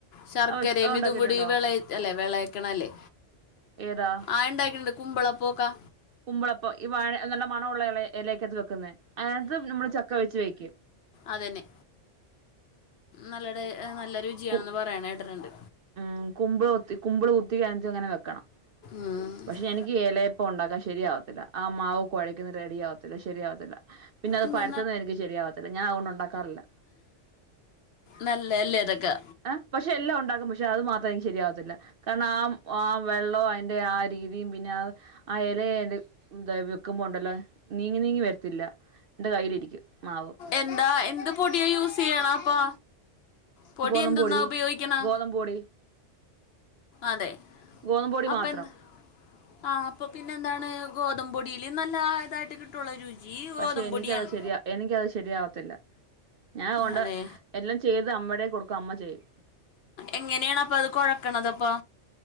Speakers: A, on the left (about 60°); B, on the right (about 60°).
A: ശർക്കരയും
B: അത് വെച്ച് അത് ഉണ്ടാക്കിയിട്ടുണ്ടോ
A: ഇതും കൂടി വേള അല്ലെ വേളക്ണല്ലേ
B: ഏതാ
A: ആയ് ഇണ്ടാക്കിട്ടുണ്ട് കുമ്പളപ്പോക്ക
B: കുമ്പളപ്പം ഈ വാഴ നല്ല മണ ഉള്ള എലക്കകത്ത് വെക്കുന്നെ അയ്നകത്ത് നമ്മള് ചക്ക വെച്ച് കൈയിക്കും
A: അതന്നെ നല്ല ടേ നല്ല രുചിയാന്ന്
B: കു
A: പറിണത് കേട്ടിട്ടുണ്ട്
B: ഉം കുമ്പിള് കുത്തി കുമ്പിള് കുത്തി കഴിഞ്ഞിട്ടങ്ങനെ വെക്കണം
A: ഉം.
B: പക്ഷെ എനിക്ക് ഇലയപ്പം ഉണ്ടാക്കാൻ ശരിയാവത്തില്ല ആഹ് മാവ് കൊഴക്കുന്നെ റെഡിയാവത്തില്ല ശരിയാവത്തില്ല പിന്നെ അത്
A: എന്താ
B: പരത്തുന്നത് എനിക്ക് ശരിയാവത്തില്ല ഞാൻ അതുകൊണ്ട് ഉണ്ടാക്കാറില്ല
A: നല്ലയല്ലേ ഇതക്കെ
B: ഏഹ് പക്ഷെ എല്ലാം ഉണ്ടാകും പ ക്ഷെ അത് മാത്രം എനിക്ക് ശരിയാവത്തില്ല കാരണം ആഹ് ആഹ് വെള്ളം അയ്ന്റെ ആഹ് രീതിയും പിന്നെ ആ എല എടു എന്താ വെക്കുമ്പോണ്ടല്ലോ നീങ്ങി നീങ്ങി വരത്തില്ല എന്റെ കയ്യിലിരിക്കും മാവ്
A: എന്താ എന്ത് പൊടിയാ യൂസ് ചെയ്യ്ണാ അപ്പൊ? പൊടി
B: ഗോതമ്പൊടി
A: എന്തെന്നാ ഉപയോഗിക്ണ്
B: ഗോതമ്പൊടി
A: അതെ
B: ഗോതമ്പൊടി
A: അപ്പന്താ
B: മാത്രം
A: ആ അപ്പോ പിന്നെ എന്താണ് ഗോതമ്പോടിയിൽ നല്ല ഇതായിട്ട് കിട്ടുള്ള രുചി ഗോതമ്പ്
B: പക്ഷെ എനിക്കത്
A: പൊടിയാണ്
B: ശരിയാ എനിക്കത് ശരിയാവത്തില്ല ഞാൻ അത് കൊണ്ട്
A: അതെ
B: എല്ലാം ചെയ്ത് അമ്മയുടെ കൊടുക്കും അമ്മ ചെയ്യും
A: എങ്ങനെയാണ് അപ്പൊ അത് കൊഴക്കണ അപ്പൊ